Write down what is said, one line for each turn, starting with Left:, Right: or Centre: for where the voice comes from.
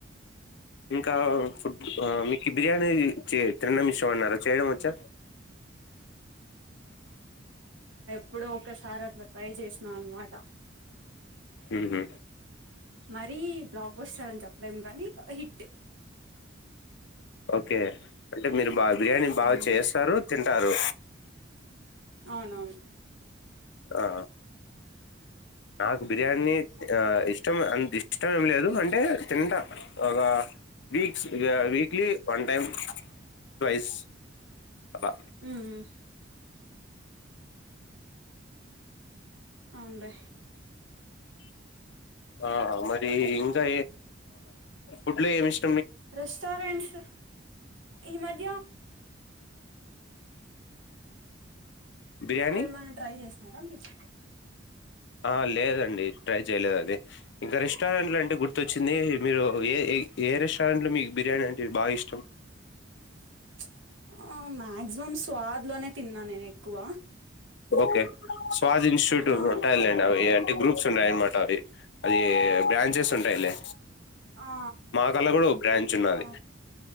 Left: ఇంకా ఫుడ్ ఆ మీకి బిర్యానీ చే తినడమిష్టం అన్నారా చేయడం వచ్చా
Right: ఇప్పుడు ఒకసారి అట్లా ట్రై చేసిన అన్నమా
Left: ఉహు
Right: మరీ బ్లాగ్ బస్టర్ రని చెప్పలెంకాగానీ హిట్
Left: ఓకే అంటే మీరు బాగ బిర్యాని బాగా
Right: మ్మ్
Left: చేస్తారు తింటారు
Right: అవునా
Left: ఆ నాకు బిర్యానీ ఆ ఇష్ ఇష్టం అంత ఇష్టం ఏం లేదు అంటే తింటా ఒక వీక్స్ ఇగ వీక్లీ వన్ టైం ట్వస్ అలా
Right: ఉమ్ ఉ అవున్లే
Left: ఆ మరి ఇంగా ఫుడ్ లో ఏమి ఇష్
Right: రెస్టారెంట్స్ ఈ మద్
Left: బిర్యానీ
Right: అవే మనం ట్రై చేస్ <unintelligible>
Left: ఆ లేదండి ట్రై చేయలేదు అది ఇంకా రెస్టారెంట్లు అంటే గుర్తొచ్చింది మీరు ఏ ఏ రెస్ట రెస్టారెంటులో మీకు బిర్యానీ అంటే బాగా ఇష్టం
Right: స్ స్ ఆ మాయక్సిమం స్వాద్ లోనే తిన్నా నేను ఎక్కువ
Left: ఓకే స్వాద్ ఇన్స్టిట్యూట్
Right: ఆ
Left: ఉంటాయిలెండి అవి ఏంటే గ్రూప్స్ ఉండాయి అన్మాట మరి అది బ్రాంచెస్ ఉంటాయిలే
Right: ఆ
Left: మాకల్లకూడా ఒక బ్రాంచ్ ఉన్నది.
Right: వా